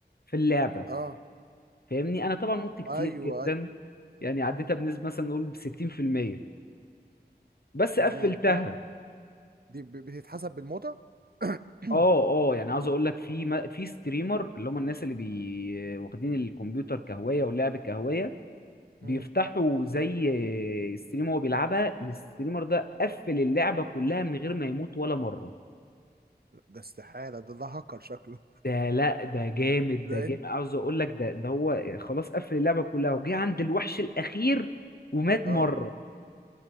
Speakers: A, on the left (about 65°); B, on the right (about 60°).
A: في اللعبه
B: اه
A: فاهمني انا طبعا مت كتير
B: ايوه
A: جدا
B: اي
A: يعني عديتها
B: مم.
A: بنسبه مثلا نقول ب 60% بس قفلتها
B: دي, دي دي ب- بتتحسب بالموتى <clears throat>
A: اه اه يعني عاوز اقول لك في ما- في ستريمر اللي هم الناس اللي بي واخدين الكمبيوتر كهوايه واللعب كهوايه بيفتحوا
B: مم.
A: زي ستريم هو بيلعبها الستريمر ده قفل اللعبه كلها من غير ما يموت ولا مره
B: ده استحالة ده ده هاكر شكله
A: ده لا ده جامد
B: <laughs> ده
A: ده جامد
B: انت
A: عاوز اقول لك ده ده هو خلاص قفل اللعبه كلها وجه عند الوحش الاخير ومات
B: اه
A: مره